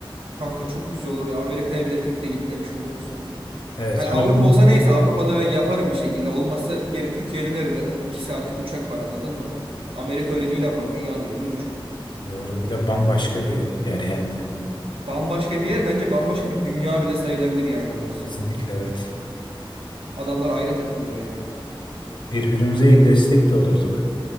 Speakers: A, on the right (about 80°); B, on the left (about 60°).
A: Kanka çok güzel olur ya Amerika'ya bir de tek de gitmemiş oluruz hani.
B: Evet
A: Hani
B: harbiden
A: Avrupa olsa neyse Avrupa'da ben yaparım bir şekilde. Olmazsa geri Türkiye'ye dönerim zaten 2 saatlik uçak var anladın mı? Amerika öyle değil ama dünyanın öbür ucu.
B: doğru. Bir de bambaşka bir yer yani.
A: Bambaşka bir yer bence bambaşka bir dünya bile sayılabilir yani orası.
B: Kesinlikle evet.
A: Adamlar ayrı takılıyor yani.
B: Birbirimize iyi destek de olurduk.